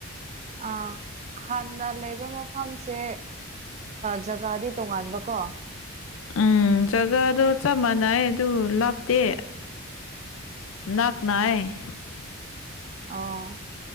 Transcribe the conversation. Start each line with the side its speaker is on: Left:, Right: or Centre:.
Right: ꯑ ꯍꯥꯟꯅ ꯂꯩꯕ ꯃꯐꯝꯁꯦ ꯖꯒꯥꯗꯤ ꯇꯣꯉꯥꯟꯕ ꯀꯣ
Left: ꯎꯝ ꯖꯒꯥꯗꯣ ꯆꯞ ꯃꯥꯟꯅꯩ ꯑꯗꯨ ꯂꯥꯞꯇꯦ ꯅꯥꯛ ꯅꯥꯏ
Right: ꯑꯥ